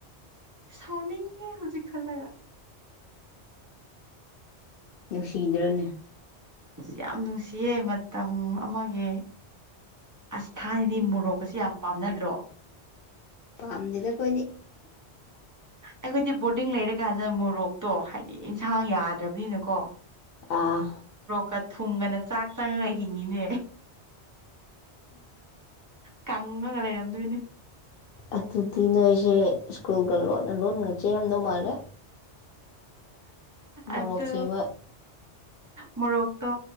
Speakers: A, on the right (about 20°); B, on the left (about 65°).
A: ꯁꯥꯎꯅꯤꯡꯉꯦ ꯍꯧꯖꯤꯛ ꯈꯜꯂꯒ
B: ꯅꯁꯤꯍꯤꯗꯔꯣꯅꯦ
A: ꯑꯁ ꯌꯥꯝ ꯅꯨꯡꯁꯤꯌꯦ ꯃꯇꯝ ꯑꯃꯒꯤ ꯑꯁ ꯊꯥꯏꯅꯅꯤ ꯃꯣꯔꯣꯛꯀꯁꯤ ꯌꯥꯝ ꯄꯥꯝꯅꯗ꯭ꯔꯣ
B: ꯄꯥꯝꯗꯗ ꯄꯅꯤ
A: ꯑꯩꯈꯣꯏꯗꯤ ꯕꯣꯔꯗꯤꯡ ꯂꯩꯔꯀꯥꯟꯗ ꯃꯣꯔꯣꯛꯇꯣ ꯍꯥꯏꯗꯤ ꯏꯟꯁꯥꯡ ꯌꯥꯗ꯭ꯔꯕꯅꯤꯅꯀꯣ
B: ꯑꯥ
A: ꯀ ꯊꯨꯝꯒꯅ ꯆꯥꯛ ꯆꯪꯉꯒ ꯍꯤꯡꯉꯤꯅꯦ ꯀꯪꯉꯒ ꯂꯩꯔꯝꯗꯣꯏꯅꯦ
B: ꯑꯗꯨꯗꯤ ꯅꯣꯏ ꯑꯩꯁꯦ ꯁ꯭ꯀꯨꯜꯒ ꯂꯣꯟꯅ ꯂꯣꯟꯅꯒ ꯆꯦꯜꯔꯝꯗꯧ ꯃꯥꯜꯂꯦ ꯃꯣꯔꯣꯛ
A: ꯑꯗꯨ
B: ꯊꯤꯕ
A: ꯃꯣꯔꯣꯛꯇꯣ